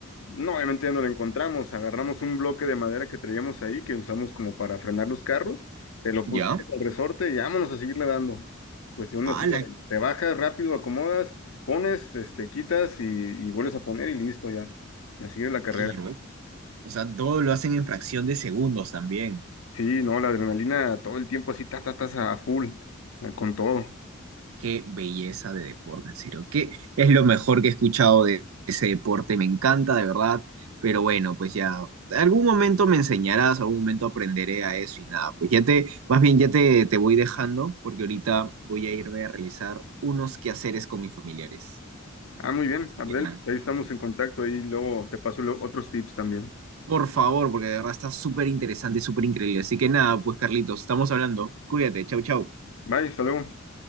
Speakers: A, on the left; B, on the right.
A: No, obviamente ya no lo encontramos. Agarramos un bloque de madera que traíamos ahí, que usamos como para frenar los carros, te lo
B: ¿Ya?
A: pusimos al resorte y vámonos a seguirle dando. Cuestión
B: Ala,
A: así de,
B: qué,
A: te bajas rápido, acomodas, pones, este, quitas y, y vuelves a poner y listo ya. Y a seguir la carrera.
B: qué loco. O sea, todo lo hacen en fracción de segundos también.
A: Sí, no, la adrenalina todo el tiempo así, ta, ta, tas a full, eh, con todo.
B: Qué belleza de deporte, en serio. Qué es lo mejor que he escuchado de ese deporte. Me encanta, de verdad. Pero bueno, pues ya, algún momento me enseñarás, algún momento aprenderé a eso y nada, pues ya te, más bien ya te, te voy dejando porque ahorita voy a irme a realizar unos quehaceres con mis familiares.
A: Ah, muy bien,
B: Así
A: Abdel,
B: que nada,
A: ahí estamos en contacto, ahí luego te paso lo- otros tips también.
B: por favor, porque de verdad está súper interesante, súper increíble. Así que nada, pues Carlitos, estamos hablando. Cuídate, chau, chau.
A: Bye, hasta luego.